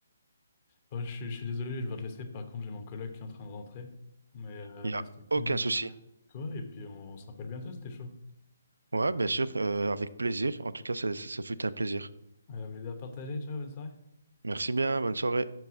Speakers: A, on the left; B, on the right.
A: Oh, je suis, je suis désolé, je vais devoir te laisser. Par contre, j'ai mon collègue qui est en train de rentrer. Mais, euh,
B: Il
A: mais
B: n'y a
A: c'était cool
B: aucun
A: de parler
B: souci.
A: avec toi. Et puis, on se rappelle bientôt, c'était chaud.
B: Ouais, bien sûr, euh, avec plaisir. En tout cas, ça ça- ça fut un plaisir.
A: Euh, plaisir à partager. Ciao, bonne soirée.
B: Merci bien, bonne soirée.